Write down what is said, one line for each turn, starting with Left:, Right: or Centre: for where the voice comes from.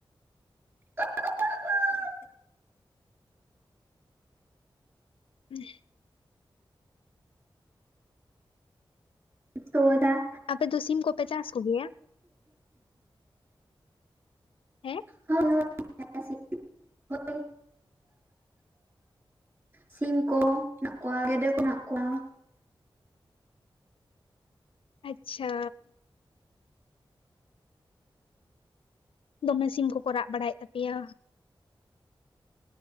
Right: <inaudible>
Left: <inaudible>
Right: ᱛᱚ ᱫᱟ
Left: ᱟᱯᱮ ᱫᱚ ᱥᱤᱢ ᱠᱚᱯᱮ ᱪᱟᱥ ᱠᱚ‌ ᱜᱮᱭᱟ? ᱦᱮᱸ
Right: ᱦᱳᱭ ᱦᱳᱭ <unintelligible> ᱦᱳᱭ ᱥᱤᱢ ᱦᱮᱱᱟᱜ ᱠᱚᱣᱟ ᱜᱮᱰᱮ ᱠᱚ ᱦᱮᱱᱟᱜ ᱠᱚᱣᱟ
Left: ᱟᱪᱪᱷᱟ ᱫᱚᱢᱮ ᱥᱤᱢ ᱠᱚᱠᱚ ᱨᱟᱜ ᱵᱟᱲᱟᱭᱮᱫ ᱛᱟᱯᱮᱭᱟ